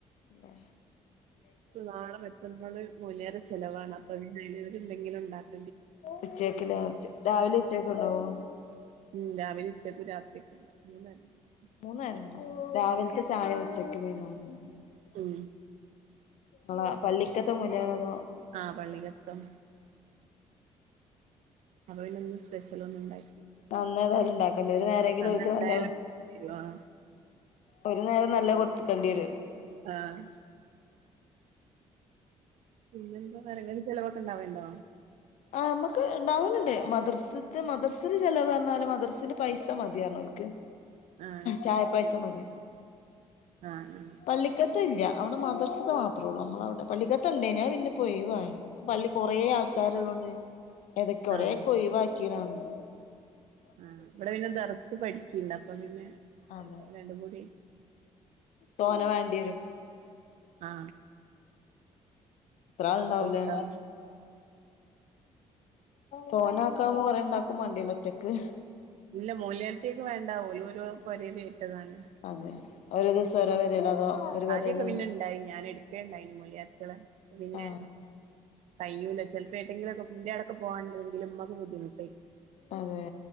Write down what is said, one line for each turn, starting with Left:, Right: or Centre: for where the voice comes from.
Left: തന്നെ
Right: നാളെ മറ്റന്നാള് മോല്യാരെ ചെലവാണ് അപ്പൊ അതിൽ എന്തെങ്കിലും ഉണ്ടാക്ക
Left: ഉച്ചേക്കല്ലേ <unintelligible> രാവിലെ ഉച്ചക്കും ഉണ്ടാവോ?
Right: ഇല്ല ഉച്ചക്കും രാത്രിയൊക്ക ഉണ്ടാവും മൂന്ന് നേരം ഉണ്ടാവും
Left: മൂന്നേരം ഇണ്ട് രാവിലത്തെ
Right: ഉം
Left: ചായ ഉച്ചക്ക്, വൈന്നാരം
Right: ഉം
Left: മ്മളെ പള്ളിക്കത്തെ മൊല്യാര്അതോ
Right: ആ പള്ളിക്കത്തും അപ്പൊ പിന്നെ ഇന്ന് സ്പെഷ്യലൊന്നും ഉണ്ടാക്കിയില്ല
Left: ആ ഇന്നാതായാലും ഇണ്ടാക്കണ്ടേ ഒരു നേരെങ്കിലും
Right: അന്ന്
Left: ഓൽക്ക്
Right: എന്തായാലും
Left: നല്ല
Right: ആഹ്
Left: ഒരു നേരം നല്ലത് കൊടുത്തക്കേണ്ടി വരല്ലോ
Right: ആഹ് പിന്നെന്താ പറിണേ ന് ചെലവൊക്കെണ്ടാവേണ്ടോ?
Left: ആ മ്മക്ക് ഇണ്ടാവല്ണ്ട് മദർസ്ത്തെ മദർസിൽ ചെലവ് പറഞ്ഞാല് മദർസിൽ പൈസ മതിന്നർഞ്ഞോൽക്ക്
Right: ആഹ്
Left: ചായ പൈസ മതി.
Right: ആ ഉം
Left: പള്ളിക്കത്തെ ഇല്ല അവിടെ മദർസ്ത്തെ മാത്രം. നമ്മളവിടെ പള്ളിക്കത്ത ഇണ്ടേയ്നി അത് പിന്നെപ്പോ യിവായി പള്ളി കൊറെ ആൾക്കാര്ള്ളോണ്ടെ ഏതൊക്കെ കൊറെക്കെ
Right: ആഹ്
Left: ഒഴിവാക്കിണർഞ്ഞു
Right: ആ ഇവിടെ പിന്നെ ദറസ് പഠിക്ക്ണ്ട് അപ്പൊ പിന്നെ
Left: അതെ
Right: രണ്ടും കൂടി
Left: തോനെ വേണ്
Right: ഹലോ? ആ
Left: എത്രാള്ണ്ടാവൂലെ?
Right: അപ്പൊ ഉസ്താദും
Left: തോനെ ആക്കാവുമ്പോ കുറെ ണ്ടാക്കും മാണ്ട്യരൂല്ലേ ഒറ്റക്ക്?
Right: ഇല്ല മൊല്യാരുട്ട്യാൾക്ക് വേണ്ട ഓലോരോ പോരേൽ ഏറ്റതാണ്.
Left: അതെ ഓരോ ദിവസം ഓരോ പെരേലോ അതോ ഒരു പെരേലന്നെ
Right: ആദ്യക്കെ പിന്നെ ഇണ്ടായിനി ഞാൻ എട്ക്കേണ്ടായിനി മോല്യായാരുട്ടിളെ ഇപ്പേ പിന്നെ
Left: ആഹ്
Right: കയ്യൂല്ല ചെലപ്പോ ഏട്ടങ്കിലൊക്കെ ഇന്റാടൊക്കെ പോകാണ്ടെങ്കിൽ ഉമ്മക്ക് ബുദ്ധിമുട്ട്
Left: അതെ